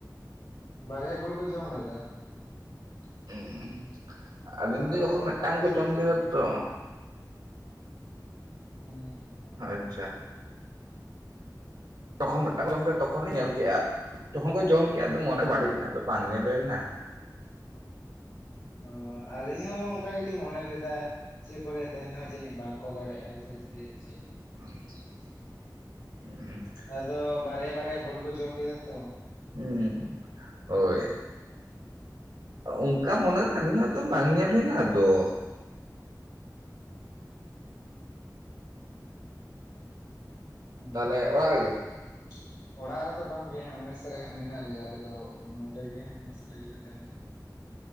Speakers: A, on the left; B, on the right.
A: ᱵᱟᱨᱭᱟ ᱜᱳᱞ ᱠᱚ ᱡᱚᱢ ᱞᱮᱫᱟ
B: <unintelligible> ᱟᱹᱞᱤᱧ
A: ᱛᱟᱯᱚᱨᱮ
B: ᱫᱚ ᱡᱚᱠᱷᱚᱱ
A: ᱯᱚᱨ
B: ᱢᱤᱫᱴᱟᱝ
A: ᱯᱚᱨ
B: ᱠᱚ
A: ᱥᱳᱫᱷ
B: ᱡᱚᱢ ᱠᱮᱫᱟ ᱛᱚ
A: ᱦᱩᱸ
B: ᱟᱪᱪᱷᱟ ᱛᱚᱠᱷᱚᱱ ᱢᱤᱫᱴᱟᱝ ᱡᱚᱢ ᱠᱮᱫᱟ ᱛᱚᱠᱷᱚᱱ ᱞᱤᱧ ᱧᱮᱞ ᱠᱮᱜ ᱟ ᱡᱚᱠᱷᱚᱱ ᱠᱚ ᱡᱚᱢ ᱠᱮᱜ ᱟ ᱟᱫᱚ ᱢᱚᱱᱮ ᱵᱟᱹᱲᱤᱡ ᱱᱟ ᱟᱫᱚ ᱵᱟᱝ ᱧᱮᱞ ᱦᱩᱭ ᱞᱮᱱᱟ
A: ᱚ ᱟᱹᱞᱤᱧ ᱦᱚᱸ ᱚᱱᱠᱟ ᱜᱮᱞᱤᱧ ᱢᱚᱱᱮ ᱞᱮᱫᱟ ᱪᱮᱫ ᱠᱚᱨᱮ ᱛᱟᱦᱮᱸᱱᱟ ᱡᱟᱹᱱᱤᱡ ᱵᱟᱝᱠᱚ ᱫᱟᱲᱮᱭᱟᱜ ᱟ <inaudible>
B: <inaudible>
A: ᱟᱫᱚ ᱵᱟᱨᱭᱟᱼᱵᱟᱨᱭᱟ ᱜᱳᱞ ᱠᱚ ᱡᱚᱢ ᱠᱮᱫᱟ ᱛᱚ ᱾
B: ᱩᱸ ᱦᱳᱭ ᱚᱝᱠᱟ ᱢᱚᱱᱮ ᱟᱹᱞᱤᱧᱟᱜ ᱫᱚ ᱵᱟᱝ ᱧᱮᱞ ᱦᱩᱭ ᱱᱟ ᱟᱫᱚ
A: ᱩᱸ
B: ᱛᱟᱦᱚᱞᱮ ᱚᱲᱟᱜ ᱨᱮᱜᱮ
A: <inaudible> ᱚᱲᱟᱜ ᱨᱮᱫᱚ ᱵᱟᱝ ᱜᱮ ᱦᱟᱸᱜ ᱢᱮᱥ ᱥᱮᱼᱨᱮ ᱦᱟᱸᱜ ᱢᱮᱱᱟᱜ ᱞᱮᱭᱟ ᱟᱞᱮ ᱫᱚ ᱱᱚᱸᱰᱮ ᱜᱮ ᱦᱟᱸᱜ ᱢᱮᱥ ᱨᱮᱜᱮ ᱞᱮ ᱛᱟᱦᱮᱱ ᱜᱮᱭᱟ ᱾